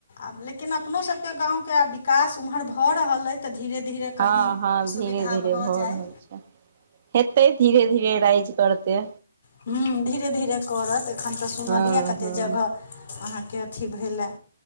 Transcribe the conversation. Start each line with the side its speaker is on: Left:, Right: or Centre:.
Left: आब लेकिन अपनो सभ के गाम के आब विकास ओम्हर भ रहलये त धीरे धीरे कही
Right: हँ हँ धीरे
Left: सुविधा
Right: धीरे
Left: भ
Right: भऽ
Left: जाय
Right: रहल छै हेतै धीरे धीरे राइज करते‌।
Left: हु धीरे- धीरे करत एखन तऽ सुनलियै
Right: हँ
Left: कतेक
Right: हँ
Left: जगह अहाँ केँ अथि भेलए